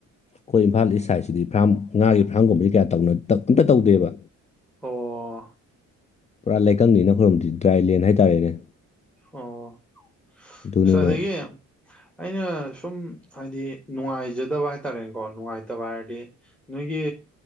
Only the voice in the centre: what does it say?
ꯑꯣ
ꯑꯣ
ꯑꯁ ꯑꯗꯒꯤ ꯑꯩꯅ ꯁꯨꯝ ꯍꯥꯏꯗꯤ ꯅꯨꯡꯉꯥꯏꯖꯗꯕ ꯍꯥꯏ ꯇꯥꯔꯦꯀꯣ ꯅꯨꯡꯉꯥꯏꯇꯕ ꯍꯥꯏꯔꯗꯤ ꯅꯣꯏꯒꯤ